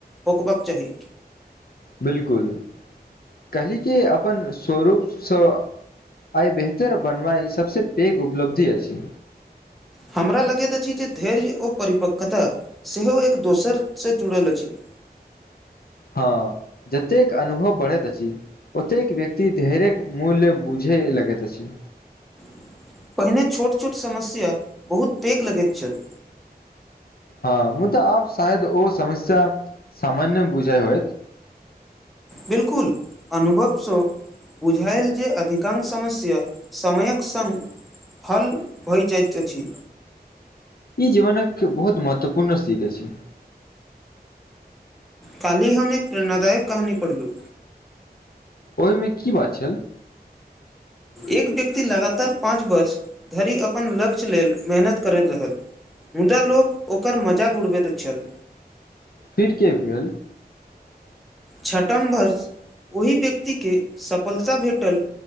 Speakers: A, in the centre; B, on the left (about 65°).
A: होकर होबाक चाही
B: बिलकुल कहली कि अपन स्वरूपसँ आइ बेहतर बनबाई सबस पैघ उपलब्धि अछि
A: हमरा लगैत अछि जे धैर्य ओ परिपक्वता सेहो एक दोसरसँ जुड़ल अछि <inaudible>
B: हँ जतेक अनुभव बढ़ैत अछि ओतेक व्यक्ति मूल्य बुझे लगैत अछि
A: <inaudible> पहिने छोट छोट समस्या बहुत पैेक लगैत छल
B: हँ मुदाऽ आब शायद ओ समस्या सामान्य बुझाइ होत
A: बिलकुल अनुभव सो बुझायल जे अधिकांश समस्या समयक संग हल भई जाइत अछि
B: ई जीवन एक बहुत महत्वपूर्ण सीख अछि छै
A: काल्हि हम एक प्रेरणादायक कहानी पढ़लहु
B: ओहिमे की बात छल
A: एक व्यक्ति लगातार पाँच वर्ष धरि अपन लक्ष्य लेल मेहनत करैत रहल मुदा लोक ओकर मजाक उड़बैत छल
B: फिर के भेल
A: छठम वर्ष ओहि व्यक्तिके सफलता भेटल